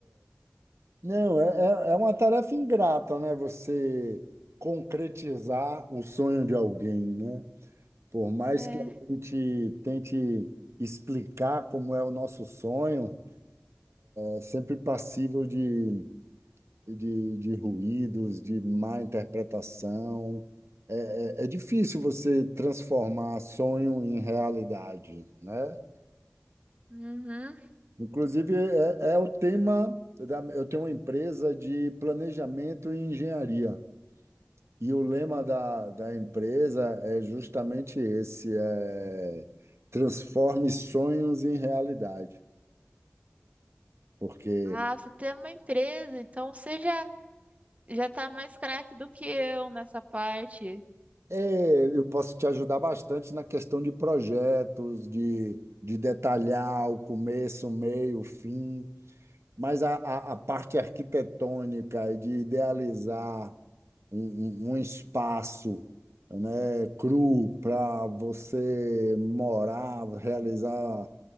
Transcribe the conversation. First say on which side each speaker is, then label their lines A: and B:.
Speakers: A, on the right (about 80°); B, on the right (about 30°).
A: Não, é, é é uma tarefa ingrata, né? Você concretizar o sonho de alguém, né? Por mais
B: É.
A: que a gente tente explicar como é o nosso sonho. É sempre passível de, de, de ruídos, de má interpretação. É, é, é difícil você transformar sonho em realidade, né?
B: Uhum.
A: Inclusive, é, é o tema da, eu tenho uma empresa de planejamento e engenharia. E o lema da, da empresa é justamente esse, é, transforme sonhos em realidade. Porque
B: Ah, você tem uma empresa, então você já, já tá mais craque do que eu nessa parte.
A: É, eu posso te ajudar bastante na questão de projetos, de, de detalhar o começo, o meio, o fim, mas a, a, a parte arquitetônica e de idealizar um, um- um espaço, né, cru para você morar, realizar